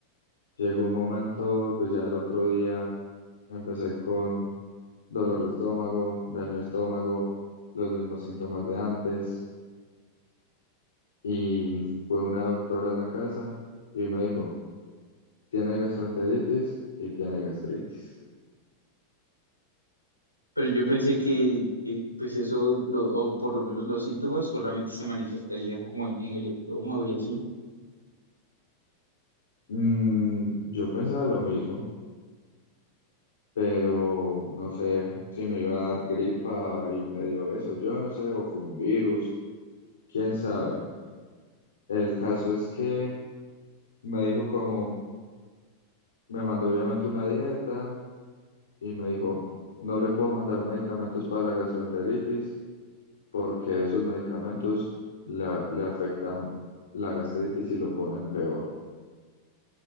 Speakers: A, on the left; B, on the left.
A: llegó un momento, pues ya el otro día empecé con dolor de estómago, daño de estómago, los mismos síntomas de antes. Y fue una doctora a la casa y me dijo, tiene gastroenteritis y tiene gastritis.
B: Pero yo pensé que, que, pues eso, lo- o por lo menos los síntomas solamente se manifestarían como en, en el estómago y así.
A: Mm, yo pensaba lo mismo. pero no sé si me iba a dar gripa y me dio eso, yo no sé, o fue un virus, quién sabe. El caso es que me dijo como, me mandó obviamente una dieta y me dijo, no le puedo mandar medicamentos para la gastroenteritis porque esos medicamentos la- le afectan la gastritis y lo ponen peor.